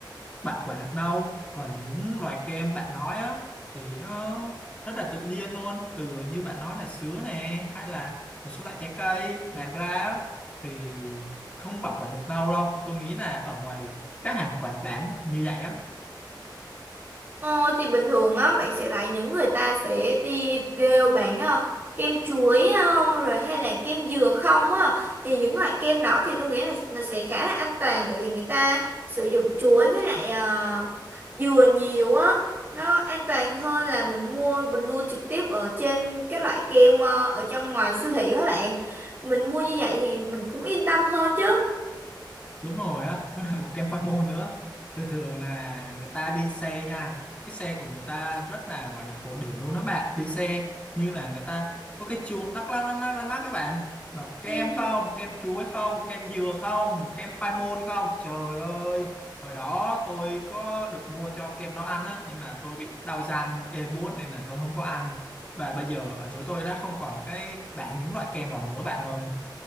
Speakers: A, on the left; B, on the right.
A: bảo quản được lâu còn những loại kem bạn nói á thì nó rất là tự nhiên luôn từ như bạn nói là sứa nè hay là một số loại trái cây làm ra á, thì không bảo quản được lâu đâu tôi nghĩ là ở ngoài các hàng quán bán như vậy á
B: Ờ, thì bình thường á bạn sẽ thấy những người ta sẽ đi đều bán ờ, kem chuối không rồi hay là kem dừa không á thì những loại kem đó thì tôi nghĩ là nó sẽ khá là an toàn tại vì người ta sử dụng chuối với lại ờ, dừa nhiều á nó an toàn hơn là mình mua mình mua trực tiếp ở trên cái loại kem ờ, ở trong ngoài siêu thị các bạn mình mua như vậy thì mình cũng yên tâm hơn chứ
A: đúng rồi á <laughs> nó là một kem khoai môn nữa thường thường là người ta đi xe nha cái xe của người ta rất là gọi là cổ điển luôn đó bạn đi xe như là người ta có cái chuông lắc lắc lắc lắc lắc lắc các bạn mà kem
B: Ừ.
A: không kem chuối không kem dừa không kem khoai môn không trời ơi hồi đó tôi có được mua cho kem nó ăn á nhưng mà tôi bị đau răng ê buốt nên là tôi không có ăn và bây giờ ở chỗ tôi đã không còn cái bán những loại kem đó nữa bạn ơi